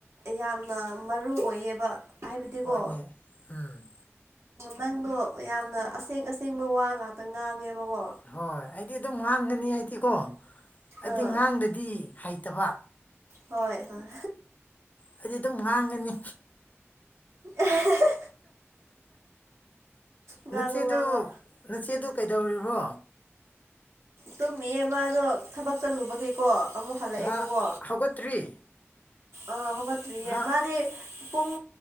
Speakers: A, on the right (about 75°); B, on the left (about 35°).
A: ꯌꯥꯝꯅ ꯃꯔꯨ ꯑꯣꯏꯌꯦꯕ ꯍꯥꯏꯕꯗꯤꯀꯣ
B: ꯍꯣꯏꯅꯦ ꯎꯝ
A: ꯅꯪꯗꯣ ꯌꯥꯝꯅ ꯑꯁꯦꯡ ꯑꯁꯦꯡꯕ ꯋꯥ ꯉꯥꯛꯇ ꯉꯥꯡꯉꯦꯕꯀꯣ
B: ꯍꯣꯏ ꯑꯩꯗꯤ ꯑꯗꯨꯝ ꯉꯥꯡꯒꯅꯤ ꯑꯩꯗꯤꯀꯣ ꯍꯥꯏꯗꯤ
A: ꯑꯥ
B: ꯉꯥꯡꯗꯗꯤ ꯍꯩꯇꯕ
A: ꯍꯣꯏ ꯍꯣꯏ
B: ꯑꯩꯗꯤ ꯑꯗꯨꯝ ꯉꯥꯡꯒꯅꯤ
A: ꯑ <unintelligible> ꯉꯥꯡꯉꯣ
B: ꯅꯆꯦꯗꯨ
A: ꯉꯥꯡꯉꯣ
B: ꯅꯆꯦꯗꯨ ꯀꯩꯗꯧꯔꯤꯕꯣ
A: ꯇꯨꯝꯃꯤꯌꯦ ꯃꯥꯗꯣ ꯊꯕꯛ ꯆꯠꯂꯨꯕꯒꯤꯀꯣ ꯑꯃꯨꯛ ꯍꯜꯂꯛꯑꯦꯕꯀꯣ
B: ꯃꯥ ꯍꯧꯒꯠꯇ꯭ꯔꯤ
A: ꯑꯥ ꯍꯧꯒꯠꯇ꯭ꯔꯤꯌꯦ
B: ꯃꯥ
A: ꯃꯥꯗꯤ ꯄꯨꯡ